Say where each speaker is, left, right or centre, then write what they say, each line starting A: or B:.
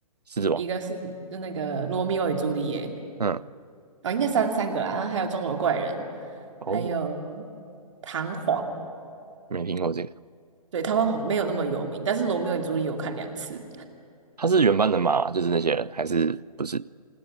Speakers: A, on the right; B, on the right.
A: 《狮子王》，
B: 一个是就那个《罗密欧与朱丽叶》，
A: 嗯，
B: 哦，应该三三个啦，然后还有《钟楼怪人》，
A: 哦，
B: 还有《唐璜》，
A: 没听过这个。
B: 对，台湾好没有那么有名，但是《罗密欧与朱丽叶》我看两次，
A: 他是原班人马吗？就是那些人，还是不是？